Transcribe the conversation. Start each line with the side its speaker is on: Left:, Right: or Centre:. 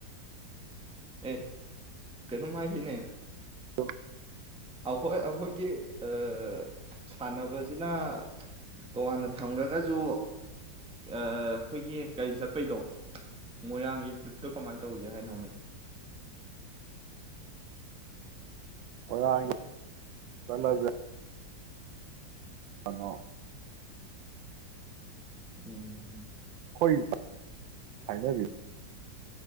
Centre: ꯑꯦ ꯀꯩꯅ ꯃꯥꯒꯤꯅꯦ
Right: ꯎꯝ
Centre: ꯑꯩꯈꯣꯏ ꯑꯩꯈꯣꯏꯒꯤ ꯑ ꯁꯥꯟꯅꯕꯁꯤꯅ ꯇꯣꯉꯥꯟꯅ ꯊꯝꯈꯒꯁꯨ ꯑꯩꯈꯣꯏꯒꯤ ꯀꯔꯤ ꯆꯠꯄꯩꯗꯣ ꯃꯣꯏꯔꯥꯡꯒꯤ ꯇ꯭ꯔꯤꯞꯇꯣ ꯀꯃꯥꯏꯅ ꯇꯧꯒꯦ ꯍꯥꯏꯅꯣꯝꯃꯦ
Right: ꯑꯣꯔꯥꯡ ꯆꯂ ꯑꯗꯨ ꯊꯃꯣ
Centre: ꯎꯝ
Right: ꯑꯩꯈꯣꯏ ꯍꯥꯏꯅꯕꯤ